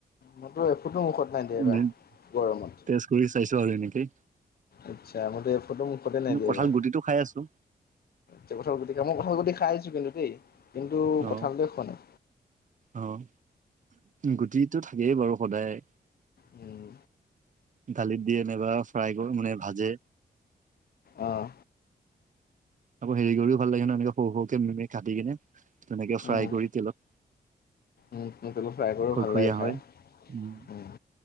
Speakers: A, on the left; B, on the right.
A: মোৰতো এফুটো মুখত নাই দিয়া
B: উম,
A: এইবাৰ গৰমত।
B: তেছ কৰি চাইছোঁ আৰু হয় নেকি।
A: আচ্ছা, মতে ফটো মোক ফতে
B: কিন্তু
A: নাই দিবা।
B: কঁঠাল গুটিটো খাই আছো
A: য়া ক গ মই কথাাল গুট খাই আছো কিন্তু দেই, কিন্তু
B: অ
A: কথা গ শোৱা নাই।
B: অ', গুটিটো থাকেই বাৰু সদায়।
A: উম
B: দালিত দিয়ে নাইবা ফ্ৰাই মানে ভাজে।
A: আহ।
B: আকৌ হেৰি কৰিও ভাল লাগে নহয় এনেকে সৰু সৰুকে মমি কাটি কিনে, তেনেকে ফ্ৰাই
A: উম
B: কৰি তেলত।
A: উম টল ফ্ৰাই কৰোঁ
B: খৰখৰীয়া
A: ভাল লাগে
B: হয়
A: খায়।
B: উম